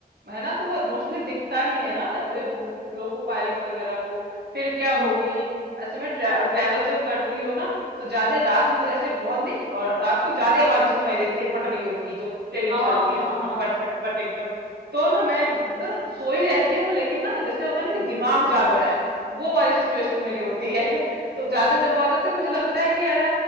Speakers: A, on the right; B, on the right.
A: है ना तो वो मोस्टली दिखता नहीं है ना अभी वो लोको पायलट वगैरह को फिर क्या होगी
B: हाँ हाँ
A: ऐसे मैं ट्रे, ट्रेवल जब करती हूँ ना तो ज्यादा रात में जैसे बहुत नहीं और रात को ज्यादा आवाजें सुनाई देती है पटरियों की जब ट्रेनें
B: हाँ
A: चलती
B: हाँ
A: है तो
B: हाँ
A: खटपट
B: हाँ
A: खटपट तो ना मैं ना सोई रहती हूँ लेकिन ना जैसे होता है ना कि दिमाग जाग रहा है वो वाली सिचुएशन मेरी होती है <laughs> तो ज्यादा जब आवाज आती है तो मुझे लगता है कि अरे